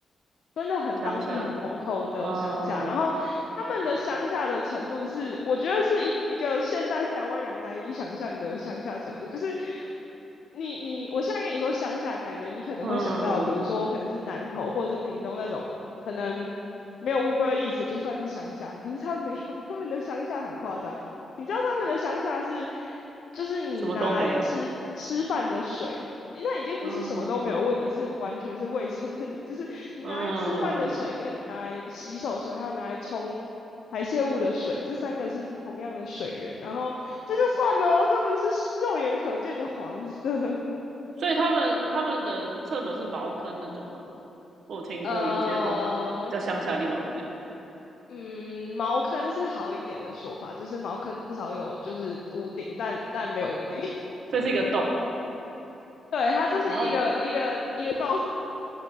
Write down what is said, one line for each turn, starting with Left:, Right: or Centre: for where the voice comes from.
Left: 真的很当地很
Right: 乡下，
Left: local 的乡下，
Right: 嗯
Left: 然后他们的乡下的程度是，我觉得是一一个现代台湾人难以想象的乡下程度，就是你你我现在跟你说乡下，感觉你可能会想到，
Right: 嗯，
Left: 比如说我可能是南投或者是屏东那种，可能没有 Uber Eats 就算是乡下，可是他没有，他们的乡下很夸张，你知道他们的乡下是，就是你拿来吃吃饭的水，
Right: 什么都没有，
Left: 那已经不是什么都没有问题，
Right: 嗯
Left: 是完全是卫生问题。<laughs> 就是你拿来吃饭的水，
Right: 嗯，
Left: 跟你拿来洗手水，还有拿来冲排泄物的水，这三个是同样的水源。然后这就算了哦，他们是肉眼可见的黄色。
Right: 所以他们他们的厕所是茅坑那种嘛？我有听过有些荒比较乡下的地方是那样，
Left: <laughs> 呃，嗯，茅坑是好一点的说法，就是茅坑至少有就是屋顶，但但没有屋顶。<laughs>
Right: 这是一个洞，
Left: 对，它就是一个一个一个洞，
Right: 然后